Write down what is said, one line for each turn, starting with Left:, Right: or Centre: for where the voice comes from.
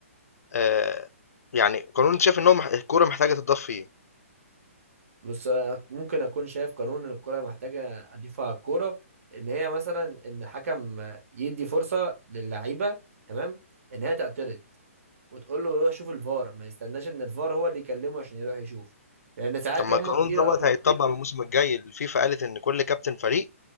Left: آه... يعني قانون انت شايف ان هو مح... الكوره محتاجه تضاف فيه
Right: بس أنا ممكن اكون شايف قانون ان الكرة محتاجة اضيفه على الكورة ان هي مثلا ان الحكم يدي فرصة للعيبة تمام ان هي تعترض وتقول له روح شوف الفار ما يستناش ان الفار هو اللي يكلمه عشان يروح يشوف لان ساعات
Left: طب ما
Right: هم
Left: القانون
Right: كتير
Left: دوت
Right: قوي
Left: هيتطبق من الموسم الجاي الفيفا قالت ان كل كابتن فريق